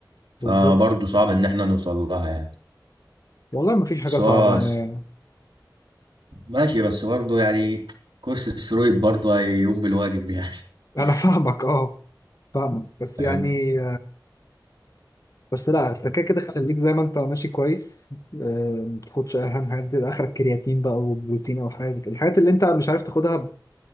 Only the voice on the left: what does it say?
بالظبط
والله ما فيش حاجه
صعبه
يعني
انا <laughs> فاهمك اه فاهمك بس
يعني بس لا انت كده كده خليك زي ما انت ماشي كويس آه، ما تاخدش اي اهم حاجات دي، اخرك كرياتين بقى وبروتين او حاجه زي كده. الحاجات اللي انت مش عارف تاخدها